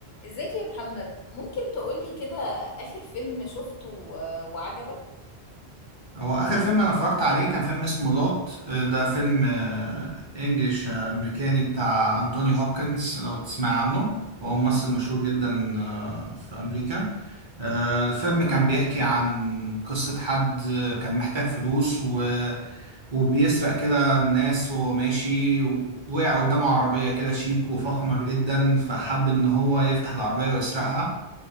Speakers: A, on the left (about 70°); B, on the right (about 30°).
A: ازيك يا محمد ممكن تقولي كده آخر فيلم شفته و- وعجبك
B: هو اخر فيلم انا اتفرجت عليه كان فيلم اسمه لوجد ده فيلم آه، انجليش آه، امريكاني بتاع انتوني هوبكنز لو تسمع عنه هو ممثل مشهور جدا آه، في امريكا آه، الفيلم كان بيحكي عن قصة حد آه، كان محتاج فلوس و وبيسرق كده الناس وهو ماشي وقع قدامه عربية كده شيك وفخمة جدا فحب ان هو يفتح العربية ويسرقها